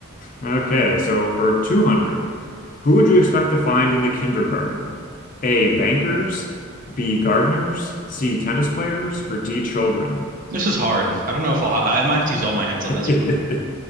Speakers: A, on the left (about 40°); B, on the right (about 40°).
A: Okay, so for 200, who would you expect to find in the kindergarten? A. Bankers, B. Gardeners, C. Tennis players, or D. Children?
B: This is hard. I don't know if I'll ha I might have to use all my
A: <laughs>
B: hands on
A: Are
B: this one.